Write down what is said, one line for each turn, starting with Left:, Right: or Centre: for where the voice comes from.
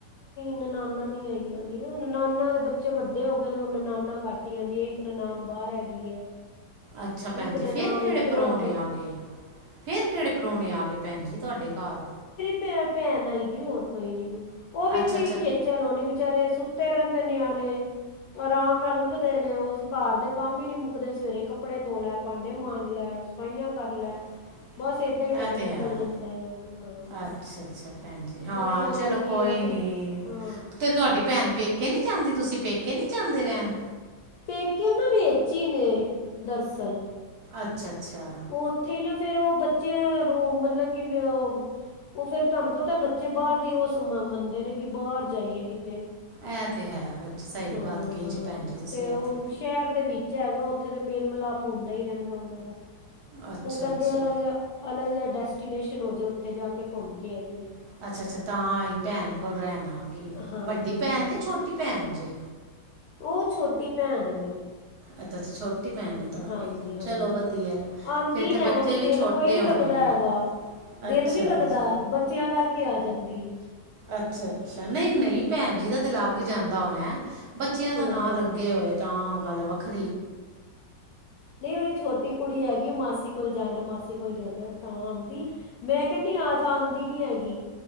Left: ਨਨਾਣਾ ਨੀ ਆਈ ਜਾਂਦੀਆਂ, ਨਨਾਣਾ ਦੇ ਬੱਚੇ ਵੱਡੇ ਹੋ ਗਏ ਨੇ, ਉਹ ਨਨਾਣਾ ਹੁਣ ਕੱਟ ਹੀ ਆਉਂਦੀ ਹੈ। ਇੱਕ ਨਨਾਣ ਬਾਹਰ ਹੈਗੀ ਹੈ।
Right: ਅੱਛਾ ਭੈਣ
Left: ਇੱਕ
Right: ਜੀ,
Left: ਨਨਾਨ
Right: ਫ਼ਿਰ ਕਿਹੜੇ
Left: ਇੱਥੇ
Right: ਪਰੌਣੇ
Left: ਉਹ ਬੱਚ
Right: ਆ ਗਏ। ਫਿਰ ਕਿਹੜੇ ਪਰੌਣੇ ਆ ਗਏ, ਭੈਣ ਜੀ ਤੁਹਾਡੇ ਘਾਰ।
Left: ਭੇ ਭੈਣ ਆਈ ਦੀ ਐ, ਹੋਰ ਕੋਈ ਨੀ, ਉਹ ਵੀ
Right: ਅੱਛਾ
Left: ਕੋਈ
Right: ਅੱਛਾ
Left: ਖੇਤੀ ਚਲੋ ਨੀ ਵਿਚਾਰੇ, ਸੁੱਤੇ ਰਹਿੰਦੇ ਨਿਆਣੇ। ਆਰਾਮ ਨਾਲ ਉੱਠਦੇ ਨੇ, ਉਸ ਘਾਰ ਦੇ ਕੰਮ ਹੀ ਨਹੀਂ ਮੁੱਕਦੇ, ਸਵੇਰੇ ਕੱਪੜੇ ਧੋ ਲੈ, ਭਾਂਡੇ ਮਾਂਜ ਲੈ। ਸਫਾਈਆਂ ਕਰ ਲੈ।
Right: <inaudible>
Left: ਬਸ, ਇਦਾਂ ਹੀ ਟਾਈਮ
Right: ਇਹ ਤੇ
Left: ਨਿਕਲ
Right: ਹੈ
Left: ਜਾਂਦਾ ਆ। ਹਾਂ
Right: ਅੱਛਾ ਅੱਛਾ ਭੈਣ ਜੀ, ਹਾਂ
Left: ਬੱਚਿਆਂ
Right: ਚਲੋ
Left: ਨੇ ਵੀ ਕੀ
Right: ਕੋਈ
Left: ਉਹ ਸੁ
Right: ਨੀ
Left: ਹਾਂ
Right: ਤੇ ਤੁਹਾਡੀ ਭੈਣ ਪੇਕੇ ਕੇ ਨਹੀਂ ਜਾਂਦੀ, ਤੁਸੀਂ ਪੇਕੇ ਨਹੀਂ ਜਾਂਦੇ ਰਹਿਣ।
Left: ਪੇਕੇ ਨਾ ਵਿਚ ਈ ਨੇ ਦਰਅਸਲ
Right: ਅੱਛਾ- ਅੱਛਾ
Left: ਉੱਥੇ ਨਾ ਫੇਰ ਉਹ, ਬੱਚਿਆਂ ਰੋ ਮਤਲਬ ਕਿਵੇਂ ਉਹ ਫੇਰ ਤੁਹਾਨੂੰ ਪਤਾ ਬੱਚੇ ਬਾਹਰ ਦੀ ਉਸ ਮੰਨਦੇ ਨੇ, ਕਿ ਬਾਹਰ ਜਾਈਏ ਕਿਤੇ
Right: ਐ ਤੇ ਹੈ ਬੱਚ ਸਹੀ
Left: ਹਾਂ
Right: ਗੱਲ ਕਹੀ ਜੇ ਭੈਣ ਜੇ ਤੁਸੀਂ ਇਹ
Left: ਉਹ
Right: ਤੇ।
Left: ਸ਼ਹਿਰ ਦੇ ਵਿੱਚ ਹੈਗਾ ਉੱਥੇ ਤਾਂ ਮੇਲ-ਮਿਲਾਪ ਹੁੰਦਾ ਹੀ ਰਹਿੰਦਾ ਉਹਨਾਂ ਦਾ।
Right: ਅੱਛਾ
Left: ਉਹ ਕਹਿੰਦੇ
Right: ਅੱਛਾ
Left: ਅਲੱਗ ਜਾ, ਅਲੱਗ ਜਾ ਡੈਸਟੀਨੇਸ਼ਨ ਹੋ ਜਾ ਉੱਥੇ ਜਾ ਕੇ ਘੁੰਮ ਕੇ ਆਈਏ।
Right: ਅੱਛਾ-ਅੱਛਾ ਤਾਂ ਆਈ ਭੈਣ ਕੋਲ ਰਹਿਣ ਆ ਗਈ।
Left: ਹਾਂਜੀ
Right: ਵੱਡੀ ਭੈਣ
Left: ਹਾਂਜੀ
Right: ਜੇ ਛੋਟੀ ਭੈਣ ਜੇ?
Left: ਉਹ ਛੋਟੀ ਭੈਣ ਹੈ ਮੇਰੀ।
Right: ਅੱਛਾ ਅੱਛਾ ਛੋਟੀ ਭੈਣ ਨੇ ਤੁਹਾਡੀ
Left: ਹਾਂਜੀ-ਹਾਂਜੀ,
Right: ਚਲੋ ਵਧੀਆ ਹੈ।
Left: ਆਂਦੀ
Right: ਫਿਰ ਤੇ ਬੱਚੇ
Left: ਹੈ ਨੀ
Right: ਵੀ
Left: ਦਿਲ
Right: ਛੋਟੇ
Left: ਕੋਈ ਨੀ
Right: ਹੋਣੇ
Left: ਲੱਗਦਾ
Right: ਨੇ
Left: ਹੈਗਾ, ਦਿਲ
Right: ਅੱਛਾ
Left: ਨੀ ਲੱਗਦਾ,
Right: ਅੱਛਾ
Left: ਬੱਚਿਆਂ ਕਰਕੇ ਆ ਜਾਂਦੀ ਏ।
Right: ਅੱਛਾ-ਅੱਛਾ ਨਹੀਂ-ਨਹੀਂ ਭੈਣ ਜੀ ਦਾ ਤੇ ਲੱਗ ਜਾਂਦਾ ਹੋਣਾ। ਬੱਚਿਆਂ ਦਾ
Left: ਹਾਂ
Right: ਨਾ ਲੱਗੇ ਹੋਏ ਤਾਂ ਉਹ ਗੱਲ ਵੱਖਰੀ।
Left: ਨਈ ਉਹਦੀ ਛੋਟੀ ਕੁੜੀ ਹੈਗੀ ਮਾਸੀ ਕੋਲ ਜਾਣਾ ਮਾਸੀ ਕੋਲ ਜਾਣਾ ਤਾਂ ਆਂਦੀ ਮੈਂ ਕਹਿੰਨੀ ਆਜਾ ਆਂਦੀ ਨੀ ਹੈਗੀ,